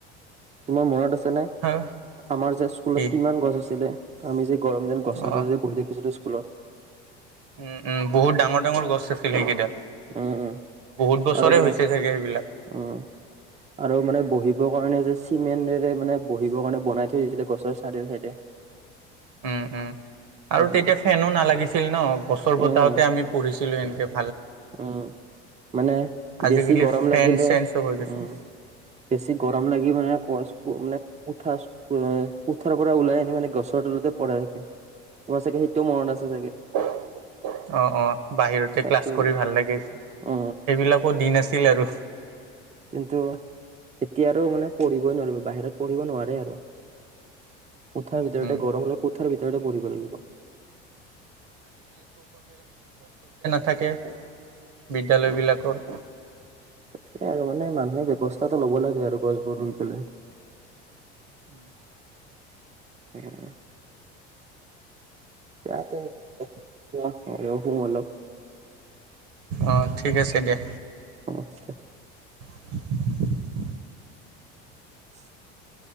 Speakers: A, on the right (about 20°); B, on the right (about 60°).
A: তোমাৰ মনত আছে নে
B: হা
A: আমাৰ যে স্কুলত
B: কি
A: কিমান গছ আছিলে আমি যে গৰম দিনত গছৰ
B: অ
A: তলত যে বহি থাকিছিলো স্কুলত।
B: উম উম বহুত ডাঙৰ ডাঙৰ গছ আছিল সেইকেইটা
A: উম উম
B: বহুত বছৰে
A: আৰু মানে
B: হৈছে চাগে সেইবিলাক।
A: উম আৰু মানে বহি বৰ কাৰণে যে চিমেণ্টৰে মানে বহিবৰ কাৰণে বনাই থৈ দিছিলে গছৰ চাইডে চাইডে।
B: উম উম
A: উম
B: আৰু তেতিয়া ফেনো নালাগিছিল ন গছৰ বতাহতে
A: উম উম
B: আমি পঢ়িছিলো এনেকে
A: উম মানে
B: আজিকালি
A: বেছি গৰম
B: ফেন
A: লাগিলে
B: চেন চব হৈ গৈছে
A: উম বেছি গৰম লাগি মানে কোৱাচ মানে কোঠা কোঠাৰ পৰা ওলাই আনি মানে গছৰ তলতে পঢ়াই তোমাৰ চাগে সেইটোও মনত আছে চাগে।
B: <unintelligible> অ অ বাহিৰতে
A: তাকে
B: ক্লাছ কৰি ভাল লাগে সেইবিলাকো
A: অ
B: দিন আছিল আৰু
A: কিন্তু এতিয়া আৰু মানে পঢ়িবই নোৱাৰিব বাহিৰত পঢ়িব নোৱাৰে আৰু
B: <inaudible>
A: কোঠাৰ ভিতৰতে
B: উম,
A: গৰম হলে কোঠাৰ ভিতৰতে পঢ়িব লাগিব
B: থাকে বিদ্যালয় বিলাকৰ
A: তাৰ আৰু মানে মানুহে ব্যৱস্থাটো ল'ব লাগে আৰু গছবোৰ ৰুই পেলাই।
B: উম।
A: উম তাতে মইয়ো শু অলপ
B: অ ঠিক আছে দিয়া।
A: অ
B: <unintelligible>
A: <unintelligible>